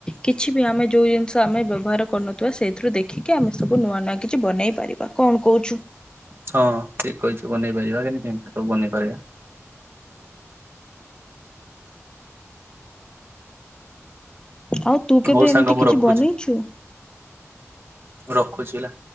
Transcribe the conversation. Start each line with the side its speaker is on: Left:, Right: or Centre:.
Left: କିଛି ବି ଆମେ ଯେଉଁ ଜିନିଷ ଆମେ ବ୍ୟବହାର କରୁନଥିବା ସେଇଥିରୁ ଦେଖି ଦେଖିକି ଆମେ ସବୁ ନୂଆ ନୂଆ କିଛି ବନେଇ ପାରିବା କଣ କହୁଛୁ?
Right: ହଁ ଠିକ କହିଛୁ ବନେଇ ପାରିବା, କେମିତି ସବୁ ବନେଇ ପାରିବା।
Left: ଆଉ ତୁ କେବେ
Right: ହଉ ସାଙ୍ଗ
Left: ଏମିତି
Right: ମୁଁ
Left: କିଛି
Right: ରଖୁଛି
Left: ବନେଇଚୁ?
Right: ରଖୁଛି ହେଲା।